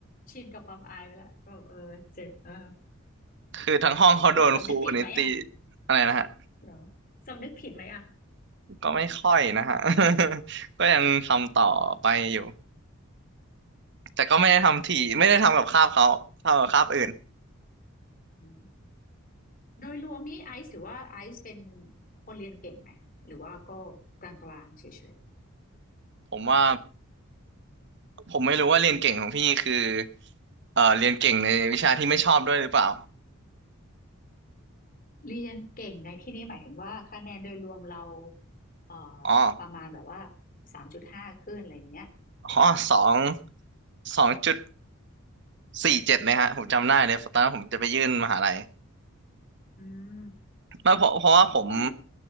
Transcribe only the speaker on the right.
คือทั้งห้องเขาโดนครูคนนี้ตี
อะไรนะฮะ
ก็ไม่ค่อยนะฮะ <laughs> ก็ยังทำต่อไปอยู่แต่ก็ไม่ได้ทำถี่ไม่ได้ทำกับคาบเขาทำกับคาบอื่น
ผมว่าผมไม่รู้ว่าเรียนเก่งของพี่คือเอ่อเรียนเก่งในวิชาที่ไม่ชอบด้วยหรือเปล่า
อ๋อ
อ๋อสองสองจุดสี่เจ็ดเลยฮะผมจำได้เลย ตอนนั้นผมจะไปยื่นมหาลัย
ไม่เพราะเพราะว่าผม